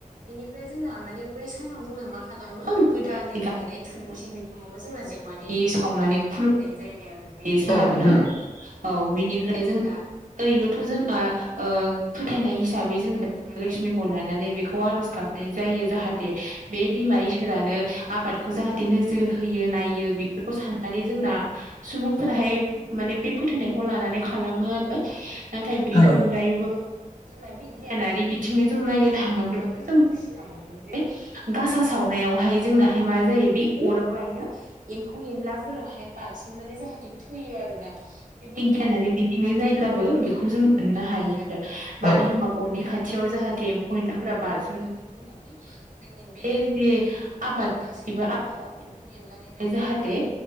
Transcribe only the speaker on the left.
औ नोंथां
औ
औ